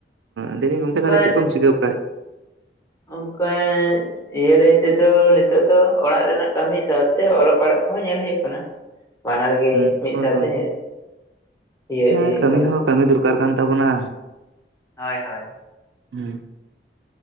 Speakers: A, on the right; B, on the left.
A: ᱞᱟᱹᱭᱫᱟᱹᱧ ᱜᱚᱝᱠᱮ
B: ᱚᱱᱠᱟ
A: ᱛᱟᱦᱚᱞᱮ ᱪᱮᱫ ᱠᱚᱢ ᱪᱤᱠᱟᱹ ᱵᱟᱲᱟᱭ
B: ᱚᱱᱠᱟ ᱤᱭᱟᱹ ᱞᱟᱹᱭ ᱛᱮᱫᱚ ᱱᱤᱛᱚᱜ ᱫᱚ ᱚᱲᱟᱜ ᱨᱮᱱᱟᱜ ᱠᱟᱹᱢᱤ ᱥᱟᱶᱛᱮ ᱚᱞᱚᱜ ᱯᱟᱲᱦᱟᱜ ᱠᱚᱦᱚᱸ ᱧᱮᱞ ᱦᱩᱭᱩᱜ ᱠᱟᱱᱟ ᱵᱟᱱᱟᱨ ᱜᱮ
A: ᱦᱩᱸ
B: ᱢᱤᱫ
A: ᱦᱳᱭ
B: ᱥᱟᱶᱛᱮ
A: ᱦᱳᱭ
B: ᱤᱭᱟᱹ
A: ᱦᱮᱸ
B: ᱤᱫᱤ ᱦᱩᱭᱩᱜ
A: ᱠᱟᱹᱢᱤ
B: ᱠᱟᱱᱟ
A: ᱦᱚᱸ ᱠᱟᱹᱢᱤ ᱫᱚᱨᱠᱟᱨ ᱠᱟᱱ ᱛᱟᱵᱚᱱᱟ
B: ᱦᱳᱭ ᱦᱳᱭ
A: ᱦᱩ